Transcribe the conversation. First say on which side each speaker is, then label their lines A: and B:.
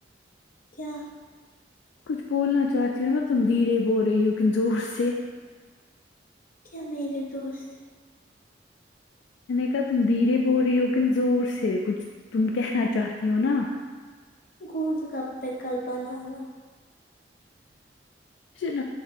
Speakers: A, on the left; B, on the left.
A: کیا
B: کچھ بولنا چاہتی ہو نا تم دھیرے بول رہی ہو لیکن زور سے
A: کیا میرے دوست
B: میں نے کہا تم دھیرے بول رہی ہو لیکن زور سے کچھ تم کہنا چاہتی ہو نا
A: گولڈ کپ پہ کل بنانا
B: ن